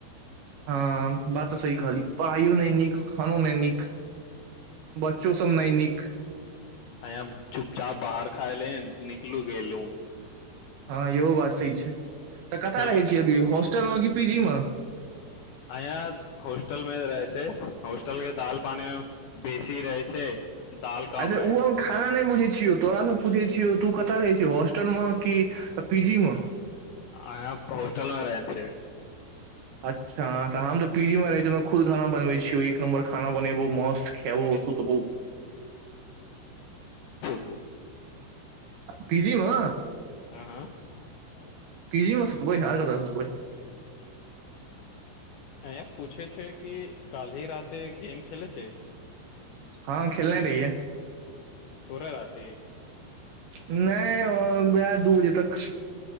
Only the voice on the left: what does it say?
अंया चुपचाप बाहर खाईलें निकलू गलू
के
अंया होॉस्टल मे रहै छै होॉस्टल के दाल पानि मे बेसी रहै छै दाल कम
रहे
छै
आँया त होस्टल मे रहै छियै
हो
आँ हँ
अंया पूछे छै कि काल्हि राते गेम खेलै छै
पूरा राति